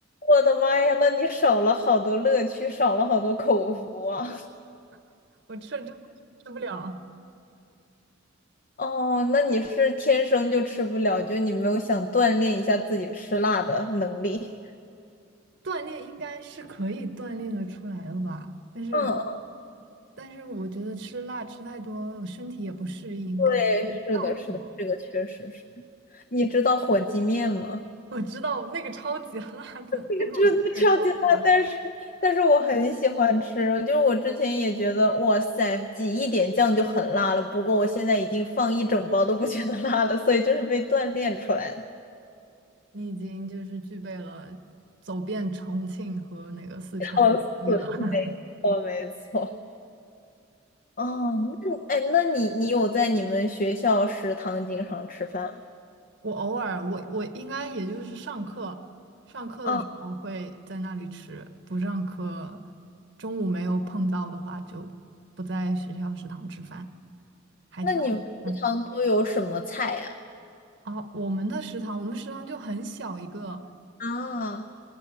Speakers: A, on the left; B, on the right.
A: 我的妈呀，那你少了好多乐趣，少了好多口福啊。
B: <laughs> 我吃了之后吃不了。
A: 哦，那你是天生就吃不了，就你没有想锻炼一下自己吃辣的能力。
B: 锻炼应该是可以锻炼的出来的吧，但是
A: 嗯嗯，
B: 但是我觉得吃辣吃太多，我身体也不适应，
A: 对，
B: 感觉上火。
A: 是的，是的，这个确实是。你知道火鸡面吗？
B: 我知道那个超级 <laughs> 辣的，
A: <laughs> 个真的超级辣，
B: 那个受不了。
A: 但是但是我很喜欢吃。就是我之前也觉得，哇塞，挤一点酱就很辣了。不过我现在已经放一整包都不觉得辣了，所以就是被锻炼出来的。
B: 你已经就是具备了走遍重庆和那个四川的能力了。
A: 笑死，
B: <laughs>
A: 没错。哦，那哎，那你你有在你们学校食堂经常吃饭吗？
B: 我偶尔，我我应该也就是上课，上课的时候会在那里吃，
A: 哦，
B: 不上课，中午没有碰到的话就不在学校食堂吃饭，还挺有意思的。
A: 那你们食堂都有什么菜呀？
B: 哦，我们的食堂，我们食堂就很小一个，
A: 啊，